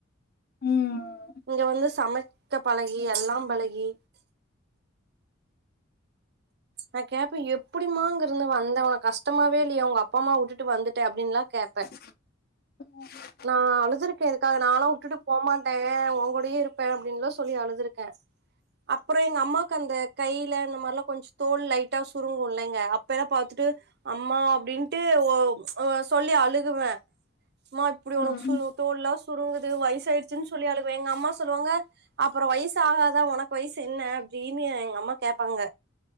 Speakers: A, on the left; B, on the right.
A: ம்
B: இங்க வந்து சமைக்க பழகி எல்லாம் பழகி நான் கேப்பே எப்படிமா அங்கிருந்து வந்த உனக்கு கஷ்டமாவே இல்லையா உங்க அப்பா அமா வுட்டுட்டு வந்துட்ட அப்படின்லா கேப்ப
A: <inaudible>
B: நா அழுதுருக்கே இதுக்காக நாலா வுட்டுட்டு போமாட்டே உங்கூடயே இருப்பே அப்டின்லா சொல்லி அழுதுருக்கே அப்பறோ எங்க அம்மாக்கு அந்த கைல இந்த மார்லா கொஞ்ச தோல் லைட்டா சுருங்கு இல்லைங்க அப்பலா பாத்துட்டு அம்மா அப்டின்ட்டு ஓ சொல்லி அழுகுவ மா இப்புடி ஒனக்கு
A: ம்
B: சுரு தோல்லா சுருங்குது வயசாயிடுச்சுன் சொல்லி அழுவே எங்கம்மா சொல்லுவாங்க அப்பறோ வயசு ஆகாதா ஒனக்கு வயசு என்ன அப்டின்னு எங்க அம்மா கேப்பாங்க